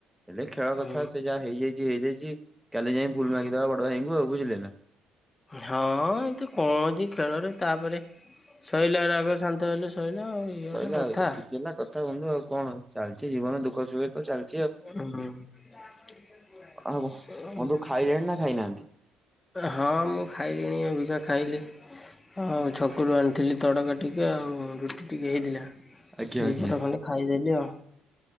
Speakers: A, in the centre; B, on the left.
A: ହେଲେ ଖେଳ
B: ହୁଁ
A: ଯା ହେଇଯାଇଛି ହେଇଯାଇଛି। କାଲି ଯାଇ ଭୁଲ
B: ହୁଁ
A: ମାଗିଦେବା ବଡ ଭାଇଙ୍କୁ ଆଉ ବୁଝିଲେ ନା
B: ହଁ ଏତେ କଣ ଅଛି ଖେଳରେ ତାପରେ ସଇଲା ରାଗ ଶାନ୍ତ ହେଲେ ସଇଲା ଆଉ ଇଏ
A: ସଇଲା
B: ଗୋଟେ କଥା।
A: ଆଉ ଏତିକି ହେଲା କଥା ବଂଧୁ ଆଉ କଣ ଚାଲିଛି ଜୀବନ ଦୁଃଖ ସୁୁଖେ ତ ଚାଲି
B: <unintelligible>
A: ଆଉ ବନ୍ଧୁ ଖାଇଲେଣି ନା ଖାଇନାହାନ୍ତି।
B: ହଁ ମୁଁ ଖାଇଲିଣି ଏଭିତରେ ଖାଇଲି। ଆଉ ଛକରୁ ଆଣିଥିଲି ତଡ଼କା ଟିକେ ଆଉ ରୁଟି ଟିକେ ହେଇଥିଲା ଦିପଟ
A: ଆଜ୍ଞା ଆଜ୍ଞା
B: ଖଣ୍ଡେ ଖାଇଦେଲି ଆଉ।